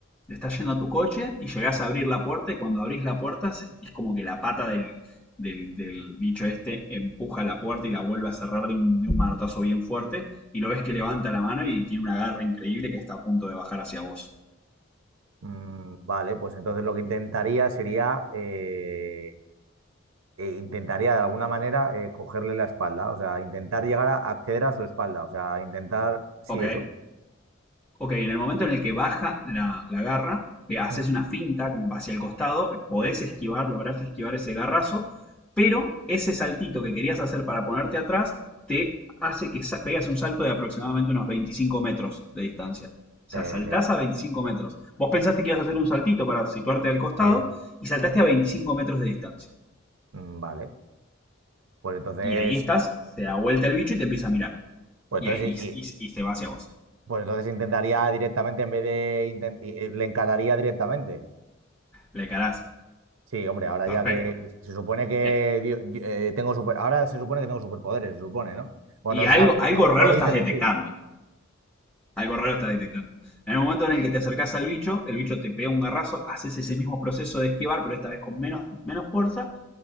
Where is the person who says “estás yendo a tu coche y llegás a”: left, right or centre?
Centre